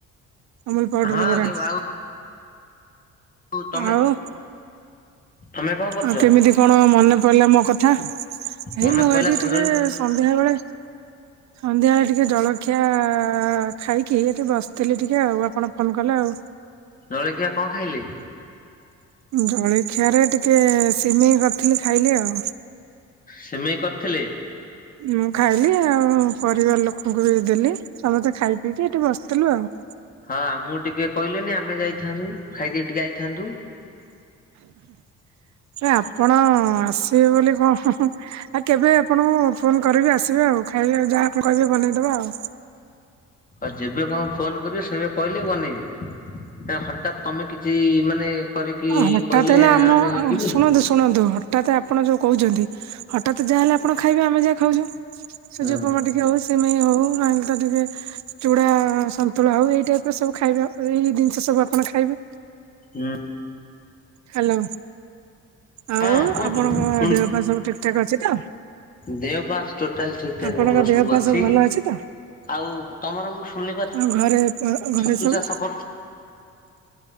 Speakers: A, on the right (about 65°); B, on the left (about 30°).
A: ଅମୂଲ୍ ପାଉଡର୍
B: ହଁ
A: ଗୁରା।
B: ଦେବ ଆଉ ତମେ
A: ଆଉ-
B: ତମେ କଣ କରୁଛ?
A: ଆଉ କେମିତି କଣ ମନେ? ପଡିଲା ମୋ କଥା ଏଇ
B: ମନେ
A: ମୁଁ
B: ପଇଲା
A: ଏଠି
B: ସଞ୍ଜଳି
A: ଟିକେ ସନ୍ଧ୍ୟା ବେଳେ ସନ୍ଧ୍ୟାବେଳେ ଟିକେ ଜଳଖିଆ ଖାଇକି ଏଠି ବସିଥିଲି ଟିକେ ଆଉ ଆପଣ ଫୋନ୍ କଲେ ଆଉ।
B: ଜଳଖିଆ କଣ ଖାଇଲେ?
A: ଜଳିଖିଆରେ ଟିକେ ସିମେଇ କରିଥିଲି ଖାଇଲି ଆଉ।
B: ସିମେଇ କରିଥିଲେ?
A: ମୁଁ ଖାଇଲି ଆଉ ପରିବାର ଲୋକଙ୍କୁ ବି ଦେଲି। ସମସ୍ତେ ଖାଇ ପିଇକି ଏଠି ବସିଥିଲୁ ଆଉ।
B: ହଁ ଆମକୁ ଟିକେ କହିଲେନି ଆମେ ଯାଇଥାନ୍ତୁ ଖାଇଦେଇ ଟିକେ ଆଇଥାନ୍ତୁ।
A: ଆପଣ ଆସିବେ ବୋଲି କଣ ଆଉ କେବେ ଆପଣଙ୍କୁ ଫୋନ୍ କରିବି ଆସିବେ ଆଉ ଖାଇବେ ଯାହା ଆପଣ କହିବେ ବନେଇଦବା ଆଉ।
B: ଆଉ ଯେବେ କଣ ଫୋନ୍ କରିବି ସେବେ କହିଲେ ବନେଇବି ହେ- ହଠାତ୍ ତମେ କିଛି ମାନେ କରିକି
A: ଆ ହଠାତ୍
B: କହିଲେ
A: ହେଲା ଆମ
B: ଆମେ ଯିବୁନି।
A: ଶୁଣନ୍ତୁ ଶୁଣନ୍ତୁ ହଠାତ୍ ଆପଣ ଯଉ କହୁଚନ୍ତି ହଠାତ୍ ଯାହାହଲେ ଆପଣ ଖାଇବେ ଆମେ ଯାହା ଖାଉଚୁ। ସୁଜି
B: ହଁ
A: ଉପମା ଟିକେ ହଉଚ୍ ସିମେଇ ହଉ ନହେଲେ ତ ଟିକେ ଚୁଡା ସନ୍ତୁଳା ହଉ ଏଇ ଟାଇପ୍ ର ସବୁ ଖାଇବା ଏଇ ଜିନିଷ ସବୁ ଆପଣ ଖାଇବେ।
B: <inaudible>
A: ହାଲୋ ଆଉ
B: ହଁ କୁହନ୍ତୁ
A: ଆପଣଙ୍କ
B: ଶୁଣୁଛି
A: ଦେହ ପା ସବୁ ଠିକ୍ ଠାକ୍ ଅଛି ତ?
B: ଦେହ ପା ଟୋଟାଲ୍ ଠିକ୍ ଠାକ୍
A: ଆପଣଙ୍କ
B: ଭଲ
A: ଦେହ
B: ସବୁ
A: ପା
B: ଅଛି।
A: ଭଲ ତ?
B: ଆଉ ତମର ମୁଁ ଶୁଣିଲି
A: ଆଉ ଘରେ
B: <inaudible>
A: ଘରେ
B: ଛତୁ
A: ସବୁ
B: ଚାଷ କରୁଚ?